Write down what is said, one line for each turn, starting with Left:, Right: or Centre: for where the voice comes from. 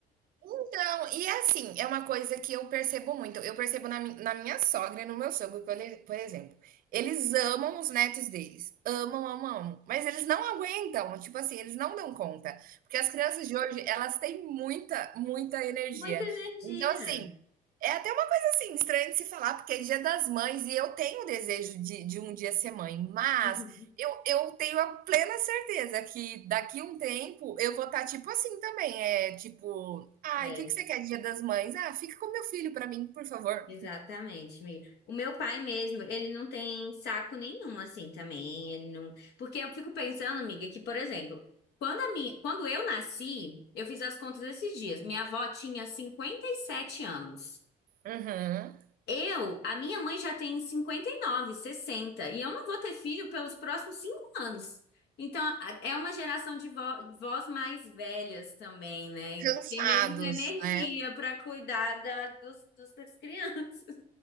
Right: Então, e é assim, é uma coisa que eu percebo muito. Eu percebo na, mi- na minha sogra e no meu sogro, por, e- por exemplo. Eles amam os netos deles. Amam, amam, amam. Mas eles não aguentam. Tipo assim, eles não dão conta. Porque as crianças de hoje, elas têm muita, muita energia.
Left: Muita energia.
Right: Então, assim, é até uma coisa assim, estranha de se falar, porque é dia das mães e eu tenho o desejo de, de um dia ser mãe. Mas
Left: Uhum.
Right: eu, eu tenho a plena certeza que daqui a um tempo eu vou estar tipo assim também. É tipo, ai,
Left: É.
Right: o que que você quer Dia das Mães? Ah, fica com meu filho para mim, por favor.
Left: Exatamente, amiga. O meu pai mesmo, ele não tem saco nenhum assim também, ele não, porque eu fico pensando, amiga, que por exemplo, quando a minha, quando eu nasci, eu fiz as contas esses dias. Minha avó tinha 57 anos.
Right: Uhum.
Left: Eu, a minha mãe já tem 59, 60, e eu não vou ter filho pelos próximos cinco anos. Então, a- é uma geração de vó- vós mais velhas também, né?
Right: Cansados,
Left: Que tem menos energia
Right: né?
Left: para cuidar da- dos, dos- das crianças.